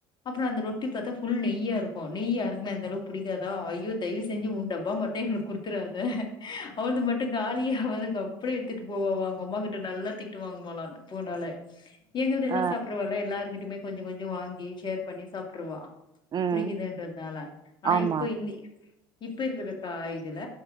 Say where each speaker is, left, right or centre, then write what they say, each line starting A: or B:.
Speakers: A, on the left; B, on the right.
A: அப்புறோ அந்த ரொட்டி பாத்தா ஃபுல் நெய்யா இருக்கு நெய் யாருக்குமே அந்தளவுக்கு புடிக்காதா ஐயோ தயவு செஞ்சு உடப்பா மட்டு எங்களுக் குடுத்துறுவா அத அவள்து மட்டு காலியே ஆவதுங்க அப்டியே எடுத்துட்டு போவா அவ அவங்க அம்மா கிட்ட நல்லா திட் திட்டு வாங்குவாலா போனாலே எங்கள்து
B: ஆ
A: எல்லா சாப்டுருவாலே எல்லாருகிட்டியுமே கொஞ்ச கொஞ்ச வாங்கி ஷேர் பண்ணி சாப்ட்டுருவா
B: ம்
A: புடிக்குதுன்றதுனால ஆனா
B: ஆமா
A: இப்ப இன்னி இப்ப இருக்குற கா இதுல